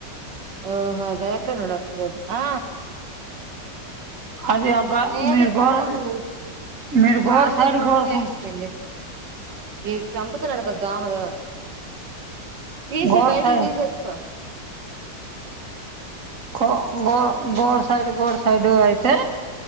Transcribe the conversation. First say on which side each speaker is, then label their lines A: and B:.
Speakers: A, on the right; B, on the right.
A: ఓహో అ దాయక నోడు వసంది అది ఆ
B: అది ఆ గా
A: లేదే
B: మీరు
A: పడుకుండదు
B: గోడ మీరు గోడ
A: బాంబు
B: సైడ్
A: లా సౌండ్కి
B: గోడ సైడ్
A: లేసిపోయింది ఏ చంపుతునడు కదా దోమలు తీసెయ్
B: గోడ
A: బయటికి
B: సైడ్
A: తీసి ఎత్తుకో
B: గో గో గోడ సైడు గోడ సైడు అయితే